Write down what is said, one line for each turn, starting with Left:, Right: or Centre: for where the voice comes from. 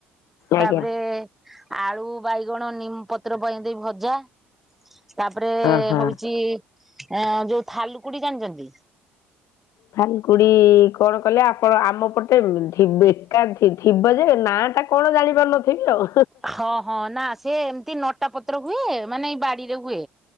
Centre: ତାପରେ
Left: ଆଜ୍ଞା
Centre: ଆଳୁ ବାଇଗଣ ନିମ ପତ୍ର ପକେଇଦେଇ ଭଜା ତାପରେ
Left: ଓହୋ।
Centre: ହଉଛି। ଏ ଯୋଉ ଥାଲୁକୁଡି ଜାଣିଛନ୍ତି?
Left: ଥାଲୁକୁଡ଼ି କଣ କଲେ ଆପଣ ଆମପଟେ ଥି ବେକା ଥିବ ଯେ ନା ଟା କଣ ଜାଣିପାରୁନଥିବି ଆଉ।
Centre: ହଁ ହଁ ନା ସେ ଏମତି ନଟା ପତ୍ର ହୁଏ ମାନେ ଏଇ ବାଡିରେ ହୁଏ।